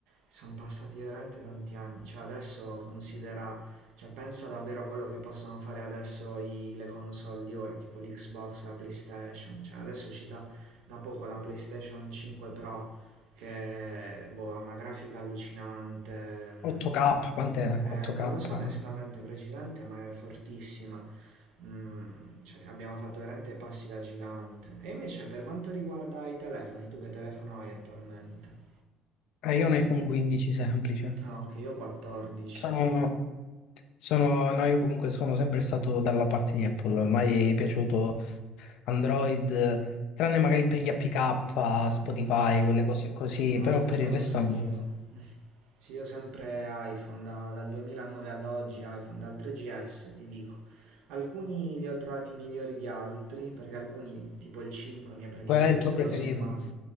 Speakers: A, on the right; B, on the left.
A: sono passati veramente tanti anni, cioè adesso considera, cioè pensa davvero a quello che possono fare adesso i- le console di ora, tipo l'Xbox, la PlayStation, cioè adesso è uscita da poco la PlayStation 5 Pro che boh, ha una grafica allucinante, mm,
B: 8K, quant'è? 8K.
A: eh, non lo so onestamente precisamente, ma è fortissima. Mm, cioè, abbiamo fatto veramente passi da gigante. E invece per quanto riguarda i telefoni, tu che telefono hai attualmente?
B: Eh, io ne con 15 semplice.
A: Ah, ok, io ho 14.
B: Sono, sono- no, io comunque sono sempre stato dalla parte di Apple, mai è piaciuto Android, tranne magari per gli APK, Spotify,
A: Mm.
B: quelle cose così,
A: No,
B: però
A: stessa
B: per il resto
A: cosa io.
B: no.
A: Sì, io sempre iPhone, da- dal 2009 ad oggi iPhone, dal 3GS ti dico. Alcuni li ho trovati migliori di altri, perché alcuni, tipo il 5, mi è praticamente
B: Qual è il
A: esploso
B: tuo preferito?
A: in mano.